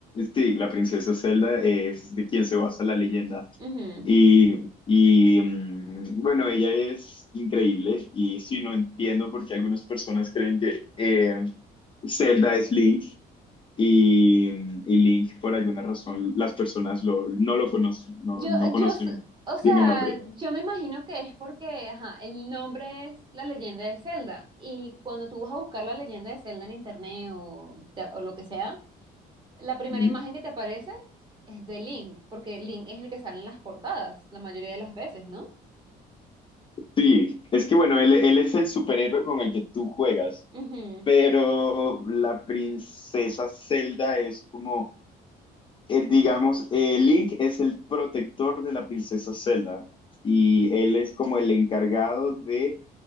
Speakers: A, on the left; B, on the right.
A: Sí, la princesa Zelda es de quien se basa la leyenda.
B: Ujú.
A: Y, y, mm, bueno, ella es increíble y sí, no entiendo por qué algunas personas creen que eh, Zelda es Link y, y Link por alguna razón las personas lo, no lo conocen, no,
B: Yo,
A: no conocen
B: yo, s- o sea,
A: bien el nombre.
B: yo me imagino que es porque, ajá, el nombre es La Leyenda de Zelda y cuando tú vas a buscar La Leyenda de Zelda en internet o, te- o lo que sea, la primera
A: Ujú.
B: imagen que te aparece es de Link, porque Link es el que sale en las portadas la mayoría de las veces, ¿no?
A: Sí, es que bueno, él, él es el superhéroe con el que tú juegas,
B: Ujú.
A: pero la princesa Zelda es como eh, digamos, eh, Link es el protector de la princesa Zelda y él es como el encargado de